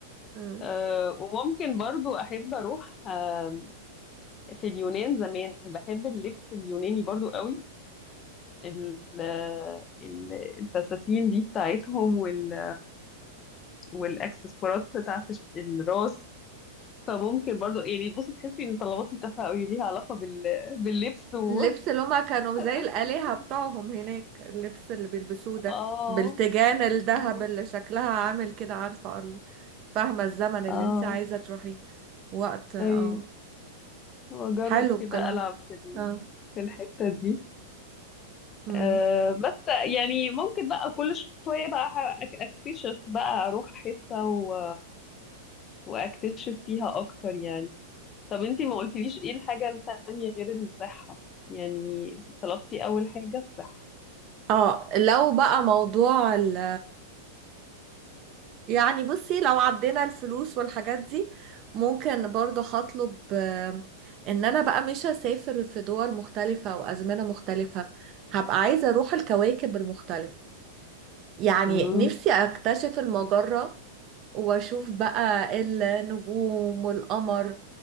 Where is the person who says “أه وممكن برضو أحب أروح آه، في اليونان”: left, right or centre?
Left